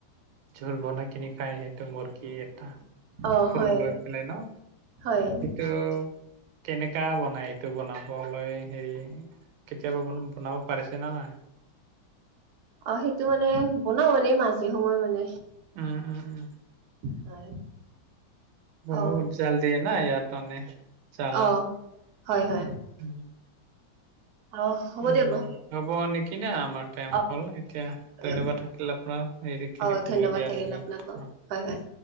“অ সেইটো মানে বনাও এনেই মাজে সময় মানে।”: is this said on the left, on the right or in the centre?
Right